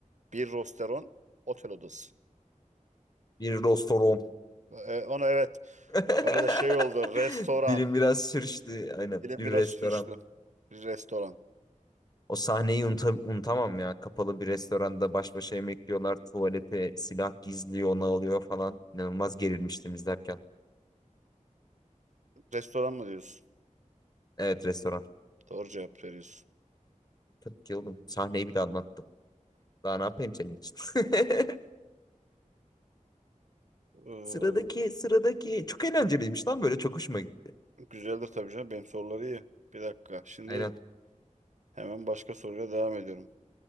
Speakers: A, on the right (about 65°); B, on the left (about 30°).
A: bir restoran, otel odası.
B: Bir restoran.
A: E, onu evet.
B: <laughs>
A: Arada şey oldu. Restoran.
B: Dilim biraz sürçtü. Aynen.
A: Dilim
B: Bir
A: biraz
B: restoran.
A: sürçtü. Bir restoran.
B: O sahneyi unuta- unutamam ya. Kapalı bir restoranda baş başa yemek yiyorlar. Tuvalete silah gizliyor, onu alıyor falan. İnanılmaz gerilmiştim izlerken.
A: Restoran mı diyorsun?
B: Evet restoran.
A: Doğru cevap veriyorsun.
B: Tabii ki oğlum. Sahneyi bile anlattım. Daha ne yapayım senin için? <laughs>
A: Ee,
B: Sıradaki sıradaki çok eğlenceliymiş
A: şimdi,
B: lan böyle çok hoşuma gitti.
A: güzeldir tabii canım. Benim soruları iyi. Bir dakika. Şimdi
B: Aynen.
A: Hemen başka soruyla devam ediyorum.